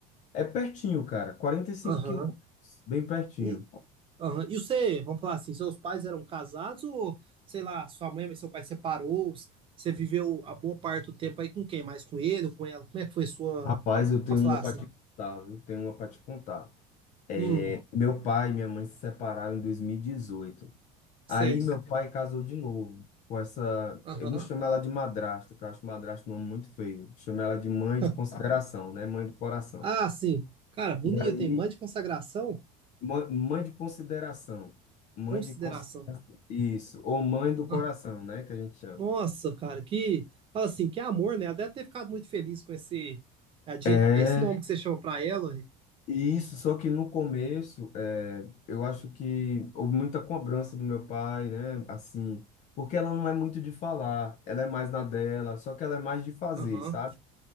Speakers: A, on the left; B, on the right.
A: É pertinho, cara, 45
B: Aham.
A: quilômetros, bem pertinho.
B: E, aham. E você, vamos falar assim, seus pais eram casados ou, sei lá, sua mãe e seu pai separou? Você viveu a boa parte do tempo aí com quem? Mais com ele ou com ela? Como é que foi sua,
A: Rapaz, eu tenho
B: vamos
A: uma
B: falar assim?
A: pra te contar, viu? Tenho uma pra te contar. É,
B: Hum,
A: meu pai e minha mãe se separaram em 2018.
B: sei.
A: Aí meu pai casou de novo com essa.
B: Aham.
A: Eu não chamo ela de madrasta, que eu acho madrasta um nome muito feio. Chamo ela de mãe
B: <laughs>
A: de consideração, né? Mãe do coração.
B: Ah, sim. Cara, bonito,
A: E aí,
B: tem Mãe de consagração,
A: mã- mãe de consideração. Mãe
B: consideração.
A: de. cons- Isso. Ou mãe do coração,
B: Ah,
A: né? Que a gente chama.
B: Nossa, cara, que. Fala assim, que amor, né? Ela deve ter ficado muito feliz com esse, é, de-
A: É.
B: esse nome que você chama pra ela. ué.
A: E Isso, só que no começo, é, eu acho que houve muita cobrança do meu pai, né? Assim, porque ela não é muito de falar, ela é mais na dela, só que ela é mais de fazer,
B: Aham,
A: sabe?